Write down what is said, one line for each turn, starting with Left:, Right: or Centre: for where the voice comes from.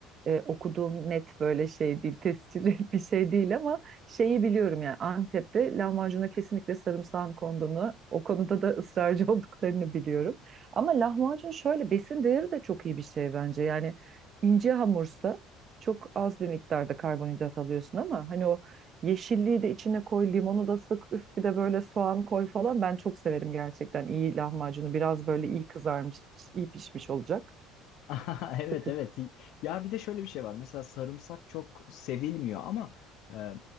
Right: e, okuduğum net böyle şey değil, tescilli <laughs> bir şey değil ama şeyi biliyorum yani Antep'te lahmacuna kesinlikle sarımsağın konduğunu, o konuda da ısrarcı <laughs> olduklarını biliyorum. Ama lahmacun şöyle besin değeri de çok iyi bir şey bence. Yani ince hamursa çok az bir miktarda karbonhidrat alıyorsun ama hani o Yeşilliği de içine koy, limonu da sık, üf bir de böyle soğan koy falan. Ben çok severim gerçekten iyi lahmacunu. Biraz böyle iyi kızarmış, iyi pişmiş olacak.
Left: <laughs> Aha, Evet
Right: Kıtır.
Left: evet. Ya bir de şöyle bir şey var. Mesela sarımsak çok sevilmiyor ama e,